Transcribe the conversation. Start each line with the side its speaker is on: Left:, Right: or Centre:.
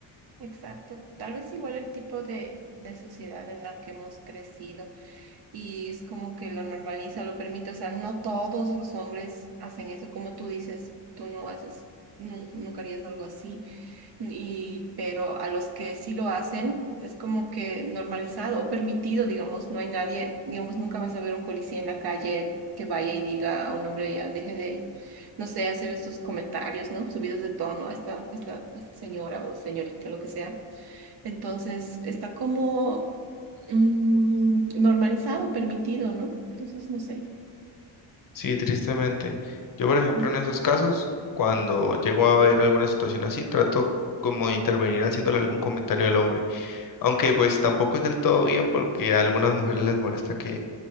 Right: exacto. Tal vez igual el tipo de, de sociedad en la que hemos crecido y es como que lo normaliza, lo permite. O sea, no todos los hombres hacen eso, como tú dices, tú no haces, nu- nunca harías algo así. Y, pero a los que sí lo hacen, es como que normalizado o permitido, digamos, no hay nadie, digamos, nunca vas a ver un policía en la calle que vaya y diga a un hombre, ya deje de, no sé, hacer estos comentarios, ¿no? Subidos de tono a esta, a esta, a esta señora o señorita, lo que sea. Entonces, está como mm, normalizado, permitido, ¿no? Entonces, no sé.
Left: Sí, tristemente. Yo, por ejemplo,
Right: Mm.
Left: en esos casos, cuando llego a ver alguna situación así, trato como de intervenir haciéndole algún comentario al hombre. Aunque pues tampoco es del todo bien porque a algunas mujeres les molesta que,